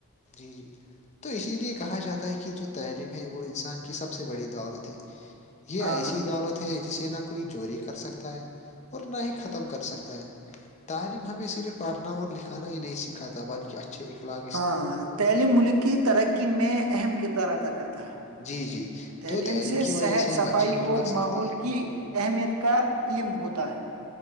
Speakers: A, on the left (about 30°); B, on the right (about 75°).
A: جی جی تو اسی لیے کہا جاتا ہے کہ جو تعلیم ہے وہ انسان کی سب سے بڑی دولت ہے یہ
B: ہاں
A: ایسی دولت ہے جسے نہ کوئی چوری کر سکتا ہے اور نہ ہی ختم کر سکتا ہے تعلیم ہمیں صرف پڑھنا اور لکھانا ہی نہیں سکھا تھا بلکہ اچھا اھکلا
B: ہاں تعلیم ملک کی ترقی میں اہم کردار ادا کرتا
A: جی جی
B: تعلیم
A: تو
B: سے
A: کی وجہ
B: صحت
A: سے ہم
B: صفائی
A: اچھے اخلاق
B: اور
A: سیکھتے
B: ماحول
A: ہیں
B: کی اہمیت کا علم ہوتا ہے